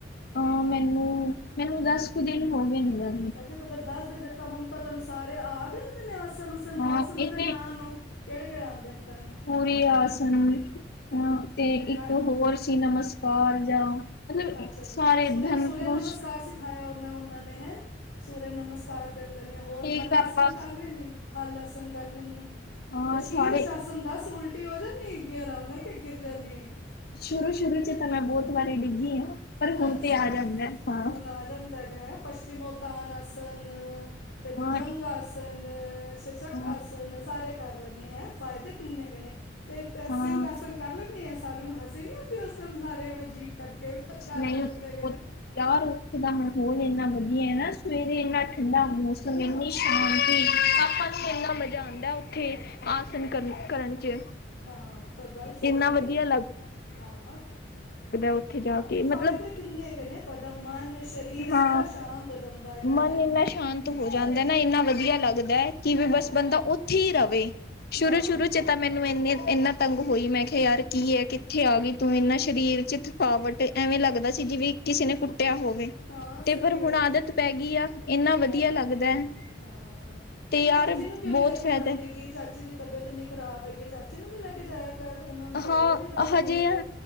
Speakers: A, on the left; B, on the left.
A: ਅ ਮੈਨੂੰ ਮੈਨੂੰ ਦਸ ਕੁ ਦਿਨ ਹੋ ਗਏ ਨ ਜਾਂ।
B: ਅੱਛਾ ਤਾਂ ਫੇਰ ਦੱਸ ਦਿਨ ਵਿੱਚ ਤਾਂ ਹੁਣ ਤਾਂ ਤੁੈਨੂੰ ਸਾਰੇ ਆ ਗਏ ਹੋਣੇ ਨੇ ਆਸਣ। ਤੁਹਾਨੂੰ
A: ਹਾਂ
B: ਦੱਸ ਉਹਨਾਂ
A: ਇਹਨੇ
B: ਦੇ ਨਾਂ ਨੂੰ ਕਿਹੜੇ ਕਿਹੜੇ ਆਉਂਦੇ ਨੇ ਤੈਨੂੰ
A: ਪੁਰੀ ਆਸਨ ਹ ਤੇ
B: ਕਰ
A: ਇੱਕ ਹੋਰ ਸੀ ਨਮਸਕਾਰ ਜਿਹਾ। ਮਤਲਬ
B: ਅੱਛਾ
A: ਸਾਰੇ
B: ਸੂਰਿਆ
A: ਧਨ
B: ਸੂਰਿਆ
A: ਕੋਸ਼।
B: ਨਮਸਕਾਰ ਸਿਖਾਇਆ ਔਰ ਨਾ ਉਹਨਾਂ ਨੇ ਹੈ। ਸੂਰਯ ਨਮਸਕਾਰ ਕਰ ਲੈਂਣੇ, ਹੋਰ
A: ਠੀਕ
B: ਹੱਲ ਆਸਨ
A: ਆਪਾਂ
B: ਕਰ ਲੈਂਣੇ ਹੱਲ ਆਸਨ ਕਰ ਲੈਂਣੀ ਆ।
A: ਹਾਂ
B: ਤੇ ਸੀਰਸ
A: ਸਾਰੇ
B: ਆਸਨ ਦੱਸ ਉਲਟੀ ਹੋ ਜਾਣੀ ਹੈਗੀ ਆਰਾਮ ਨਾਲ ਕੇ ਗਿਰ ਜਾਣੀ ਏ?
A: ਸ਼ੁਰੂ ਸ਼ੁਰੂ ਚ ਤਾਂ ਮੈਂ ਬਹੁਤ ਵਾਰੀ ਡਿੱਗੀ ਹਾਂ। ਪਰ ਹੁਣ
B: ਅੱਛਾ,
A: ਤੇ ਆ ਜਾਂਦਾ ਹਾਂ।
B: ਹੁਣ ਆ ਜਾਂਦਾ ਹੈਗਾ ਹੈ ਪੱਚਿਮੋਉਤਾਨ ਆਸਨ।
A: ਹਾਂ
B: ਤੇ ਭੁਜੰਗ ਆਸਨ ਸ਼ਸ਼ਕ
A: ਹਾਂ
B: ਆਸਨ। ਤੇ ਕਿੰਨੇ ਸਾਰੇ ਕਰ ਲੈਣੀ ਹੈ, ਫ਼ਾਇਦੇ ਕਿੰਨੇ ਹੈਗੇ ਨੇ ਤੇ
A: ਹਾਂ
B: ਸਿੰਘ ਆਸਨ ਕਰ ਲੈਨੀ ਏ? ਸਾਰਿਆਂ ਨੂੰ ਹਸੀ ਨੀ ਆਉਂਦੀ ਉਸ ਟਾਈਮ ਸਾਰੇ ਐਵੇਂ ਜੀਭ ਕੱਢ ਕੇ ਕਰ
A: ਨਹੀਂ
B: ਰਹੇ ਹੁੰਦੇ ਹੇਗੇ ਨੇ।
A: ਉਹ ਯਾਰ ਉੱਥੇ ਦਾ ਮਾਹੌਲ ਇੰਨਾ ਵਧੀਆ ਨਾ ਸਵੇਰੇ ਇੰਨਾ ਠੰਡਾ ਮੌਸਮ ਇਨੀ। ਸਬ ਪਾਸੇ ਇੰਨਾ ਮਜ਼ਾ ਆਉਂਦਾ ਉੱਥੇ ਆਸਨ ਕਰਨ ਕਰਨ ਚ।
B: ਹਾਂ ਤਾਂ ਗੱਲ ਸਹੀ
A: ਇੰਨਾ
B: ਏ,
A: ਵਧੀਆ
B: ਕਿੰਨਾਂ ਵੱਧੀਆ ਲੱਗਦਾ ਨਾ ਬਹੁਤ ਬਹੁਤ ਚੰਗਾ ਲੱਗਦਾ,
A: ਉੱਥੇ ਜਾ
B: ਹਾਂ
A: ਕੇ
B: ਤੇ ਫਾਇਦੇ।
A: ਮਤਲਬ
B: ਕਿੰਨੇ ਹੈਗੇ ਨੇ ਤੁਹਾਡਾ ਮਨ ਸਰੀਰ ਸਾਰਾ
A: ਹਾਂ
B: ਸ਼ਾਂਤ ਹੋ ਜਾਂਦਾ ਹੈਗਾ
A: ਮਨ
B: ਹੈ।
A: ਇੰਨਾ ਸ਼ਾਂਤ
B: ਹੂੰ
A: ਹੋ ਜਾਂਦਾ ਨਾ ਇੰਨਾ ਵਧੀਆ ਲੱਗਦਾ ਹੈ। ਕਿ ਵੀ ਬਸ
B: ਹਾਂ
A: ਬੰਦਾ ਉੱਥੇ ਹੀ ਰਹੇ ਸ਼ੁਰੂ
B: ਹਾਂ
A: ਸ਼ੁਰੂ ਚ ਤਾਂ। ਮੈਨੂੰ ਇੰਨੇ ਇੰਨਾ ਤੰਗ ਹੋਈ ਮੈਂ ਕਿਹਾ ਯਾਰ ਕੀ ਹੈ ਕਿ। ਇੱਥੇ ਆ ਗਈ ਤੂੰ ਇਨਾ ਸਰੀਰ ਚ ਥਕਾਵਟ ਐਵੇਂ ਲੱਗਦਾ ਸੀ ਜਿਵੇਂ ਕਿਸੇ ਨੇ ਕੁੱਟਿਆ ਹੋਵੇ।
B: ਹਾਂ ਸਹੀ
A: ਤੇ ਪਰ
B: ਗੱਲ
A: ਹੁਣ ਆਦਤ
B: ਹੈ
A: ਪੈ ਗਈ ਆ ਇੰਨਾ ਵਧੀਆ
B: ਹਾਂ
A: ਲੱਗਦਾ ਹੈ
B: ਹਾਂ ਤੇ ਫਿਰ
A: ਯਾਰ
B: ਚਾਚੀ ਨੂੰ ਕਿਉਂ
A: ਬਹੁਤ
B: ਨੀ ਲੈ
A: ਫਾਇਦਾ
B: ਕੇ ਜਾਂਦੇ ਗੀ ਚਾਚੀ ਦੀ ਤਬੀਅਤ ਇੰਨੀ ਖ਼ਰਾਬ ਹੈਗੀ ਚਾਚੀ ਨੂੰ ਵੀ ਲੈ ਕੇ ਜਾਇਆ ਕਰ ਉਹਨਾਂ ਨੂੰ ਤਾਂ
A: ਹਾਂ
B: ਹੋਰ ਵੀ ਜਿਆਦਾ ਜ਼ਰੂਰਤ
A: ਹਜੇ ਆ
B: ਹੈ